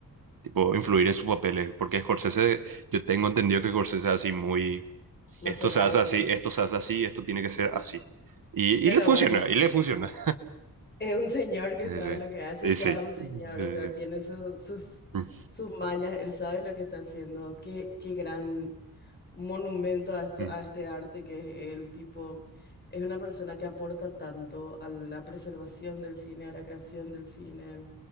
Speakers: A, on the right; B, on the left.
A: tipo, influir en sus papeles, porque Scorsese, yo tengo entendido que Scorsese es así muy,
B: Más
A: esto
B: cerrado,
A: se hace
B: sí.
A: así, esto se hace así, esto tiene que ser así. Y,
B: Pero
A: y le funciona,
B: bueno.
A: y le funciona.
B: Es un señor que
A: Sí,
B: sabe
A: sí.
B: lo que hace
A: Y
B: y
A: sí.
B: ya es un señor,
A: Eh,
B: o sea, tiene su- sus,
A: mm,
B: sus mañas, él sabe lo que está haciendo. Qué, qué gran monumento a esto,
A: mm.
B: a este arte que es él, tipo, es una persona que aporta tanto a la preservación del cine, a la creación del cine.